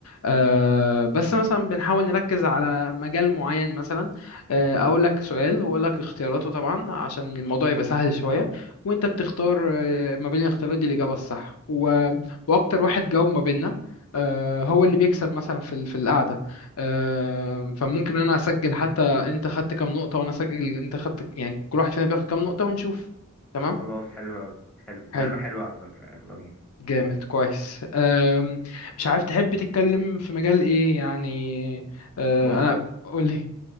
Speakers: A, on the left; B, in the centre.
A: آه بس مثلا بنحاول نركز على مجال معين مثلا آه اقول لك سؤال واقول لك اختياراته طبعا عشان الموضوع يبقى سهل شويه وانت بتختار آه ما بين الاختيارات دي الاجابه الصح و... واكتر واحد جاوب ما بيننا آه هو اللي بيكسب مثلا في ال- في القعده آه فممكن انا اسجل حتى انت خدت كام نقطة وانا سجل انت خدت يعني كل واحد فينا بياخد كام نقطة ونشوف تمام
B: خلاص حلو أوي حلو لعبة
A: حلو
B: حلوة على فكرة يلا بينا
A: جامد كويس أم... مش عارف تحب تتكلم في مجال ايه يعني أه...
B: بص
A: انا قولي